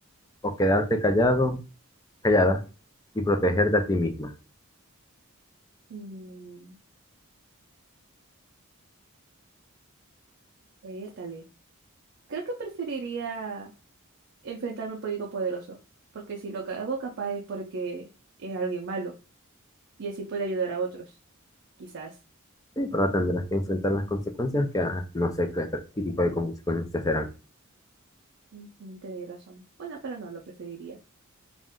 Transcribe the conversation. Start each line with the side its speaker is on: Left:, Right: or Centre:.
Left: o quedarte callado, callada y protegerte a ti misma?
Right: Mm, Vértale. Creo que preferiría enfrentarme al político poderoso, porque si lo que hago capaz es porque es alguien malo y así puede ayudar a otros, quizás.
Left: Sí, pero tendrás que enfrentar las consecuencias que ah, no sé qué, tra- qué tipo de consecuencias serán.
Right: Ujú, Tenéis razón. Bueno, pero no, lo preferiría.